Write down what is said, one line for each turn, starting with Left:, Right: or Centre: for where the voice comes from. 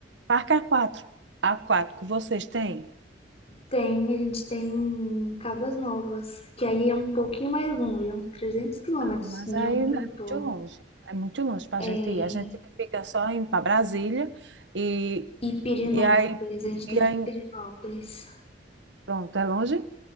Right: Parque a quatro aquático, vocês têm?
Left: Tem, a gente tem Caldas Novas, que aí é um pouquinho mais longe, é uns 300 quilômetros
Right: Ah, mas aí
Left: de onde
Right: é muito
Left: eu tô.
Right: longe. É muito longe para
Left: É...
Right: a gente ir. A gente Fica só indo para Brasília e,
Left: E Pirenópolis,
Right: e aí,
Left: a gente tem
Right: e
Left: que
Right: aí,
Left: ir em Pirenópolis.
Right: pronto, é longe?